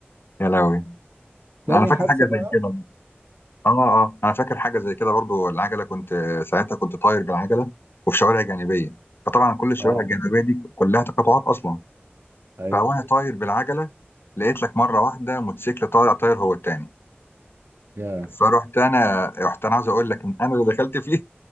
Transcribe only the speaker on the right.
تاني
حادثه
بقى
اه
ايوه
يا